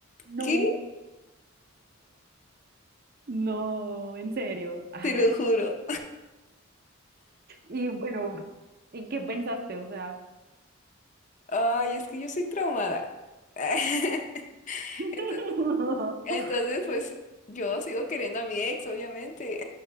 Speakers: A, on the right; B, on the left.
A: No,
B: ¿qué?
A: no, en serio. Ay.
B: Te lo juro.
A: Y bueno, ¿y qué pensaste? O sea.
B: Ay, es que yo soy traumada. <laughs>
A: <laughs>
B: Ento- Entonces, pues yo sigo queriendo a mi ex, obviamente.